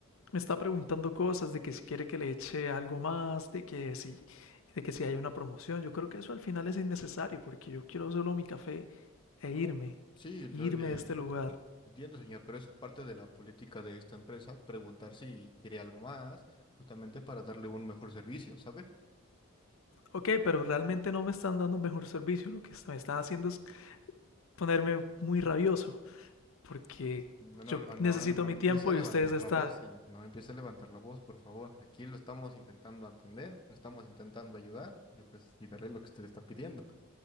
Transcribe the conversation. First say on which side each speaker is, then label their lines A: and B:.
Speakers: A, on the left; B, on the left.
A: me está preguntando cosas de que si quiere que le eche algo más, de que si, de que si hay una promoción. Yo creo que eso al final es innecesario porque yo quiero solo mi café e irme,
B: Oh, sí, lo-
A: irme
B: eh,
A: de este lugar.
B: entiendo, señor, pero es parte de la política de esta empresa preguntar si quiere algo más, justamente para darle un mejor servicio, ¿sabe?
A: Ok, pero realmente no me están dando un mejor servicio. Lo que me están haciendo es ponerme muy rabioso porque
B: No, no,
A: yo
B: no, no,
A: necesito
B: no, no
A: mi
B: empiece
A: tiempo
B: a
A: y
B: levantar
A: ustedes están,
B: la voz, señor. No empiece a levantar la voz, por favor. Aquí lo estamos intentando atender, lo estamos intentando ayudar y ofrecerle y darle lo que usted le está pidiendo.